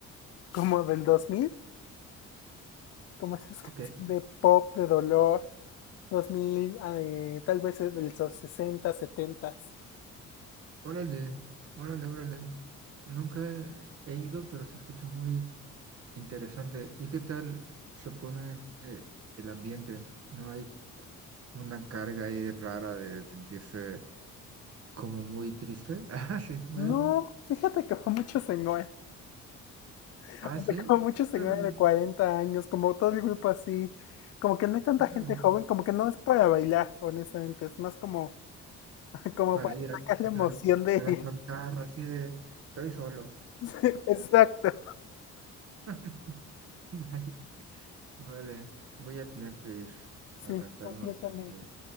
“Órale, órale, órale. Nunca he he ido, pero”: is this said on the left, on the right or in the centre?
Right